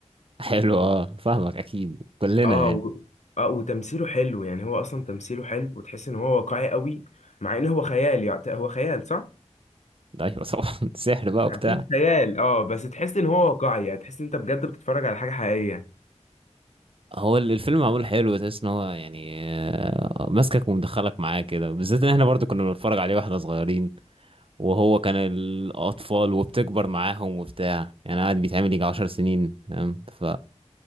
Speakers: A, on the right; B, on the left.
A: حلو اه فاهمك أكيد كلنا
B: اه
A: يعني
B: و... اه وتمثيله حلو يعني هو اصلا تمثيله حلو وتحس ان هو واقعي قوي مع ان هو خيال يعني هو خيال صح
A: ايوه طبعا <laughs> سحر بقى
B: اكيد
A: وبتاع
B: خيال اه بس تحس ان هو واقعي يعني تحس ان انت بجد بتتفرج على حاجه حقيقيه
A: هو ال- الفيلم معمول حلو تحس ان هو يعني آه، ماسكك ومدخلك معاه كده بالذات ان احنا برضو كنا بنتفرج عليه واحنا صغيرين وهو كان الاطفال وبتكبر معاهم وبتاع يعني قاعد بيتعمل يجي عشر سنين فاهم ف